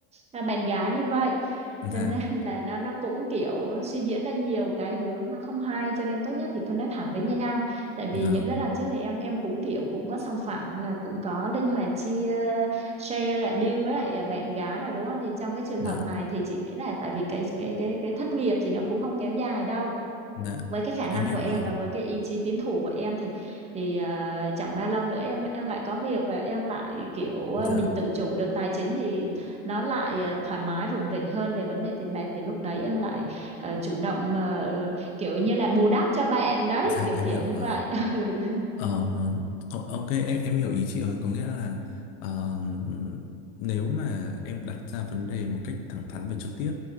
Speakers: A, on the right; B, on the left.
A: ờ, bạn gái như vậy
B: dạ
A: cho nên <laughs> là nó nó cũng kiểu suy diễn ra nhiều cái hướng nó không hay cho nên tốt nhất thì cứ nói thẳng với nhau tại vì
B: vâng
A: những cái lần trước thì em em cũng kiểu cũng có sòng phẳng là cũng có linh hoạt chia share lại bill với lại à, bạn gái rồi đúng không thì trong cái trường
B: dạ
A: hợp này thì chị nghĩ là tại vì cái cái cái cái thất nghiệp thì nó cũng không kéo dài đâu
B: dạ
A: với cái khả năng
B: em hiểu
A: của em
B: rồi
A: và với cái ý chí tiến thủ của em thì thì à, chẳng bao lâu nữa em lại- em lại có việc và em lại kiểu à,
B: dạ
A: mình tự chủ được tài chính thì nó lại à, thoải mái rủng rỉnh hơn về vấn đề tiền bạc thì lúc đấy em lại à, chủ động à, kiểu như là bù đắp cho bạn đấy
B: dạ
A: kiểu
B: em
A: kiểu
B: hiểu
A: như
B: rồi
A: vậy <laughs>
B: Ờ, o- ok em em hiểu ý chị rồi có nghĩa là ờ, nếu mà em đặt ra vấn đề một cách thẳng thắn và trực tiếp